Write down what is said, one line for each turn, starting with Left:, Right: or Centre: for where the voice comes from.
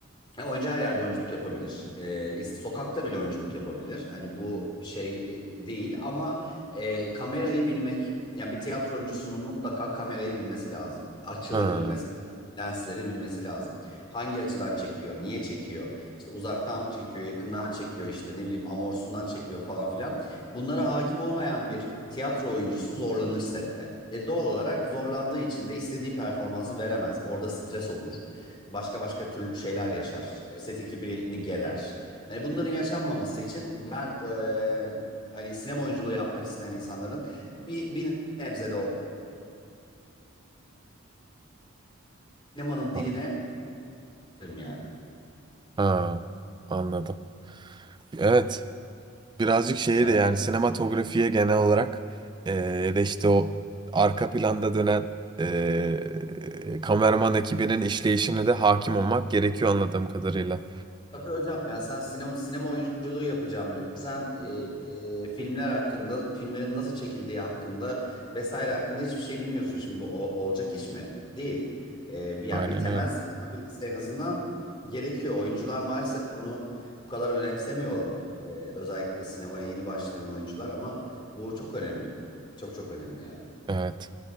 Left: e, oyuncu her yerde oyunculuk yapabilir. E, is- sokakta bile oyunculuk yapabilir. Hani bu şey e, değil ama e, kamerayı bilmek yani bir tiyatro oyuncusunun mutlaka kamerayı bilmesi lazım. Açıları
Right: Ha,
Left: bilmesi lensleri bilmesi lazım. Hangi açıdan çekiyor, niye çekiyor, işte uzaktan çekiyor, yakından çekiyor, işte ne bileyim amorsundan çekiyor falan filan. Bunlara hakim olmayan bir tiyatro oyuncusu zorlanır sette. E doğal olarak zorlandığı için de istediği performansı veremez. Orada stres olur. Başka başka türlü şeyler yaşar. E, set ekibini gerer. Yani bunların yaşanmaması için ben e, hani sinema oyunculuğu yapmak isteyen insanların bir, bir nebze de o sinemanın
Right: ha,
Left: diline yani.
Right: ha, anladım. Evet. birazcık şeye
Left: Yani.
Right: de yani sinematografiye genel olarak eee, ya da işte o arka planda dönen eee, kameraman ekibinin işleyişine de hakim olmak gerekiyor anladığım kadarıyla.
Left: Tabii hocam yani sen sinema, sinema oyunculuğu yapacağım diyor. Sen e, e, filmler hakkında, filmlerin nasıl çekildiği hakkında vesaire hakkında hiçbir şey bilmiyorsun. Şimdi bu o- olacak iş mi? Değil. E, yani
Right: Aynen
Left: bir temel
Right: öyle.
Left: sinema bilgisi en azından gerekiyor. Oyuncular maalesef bunu bu kadar önemsemiyorlar. E, özellikle sinemaya yeni başlayan oyuncular ama bu çok önemli. Çok çok önemli yani.
Right: Evet.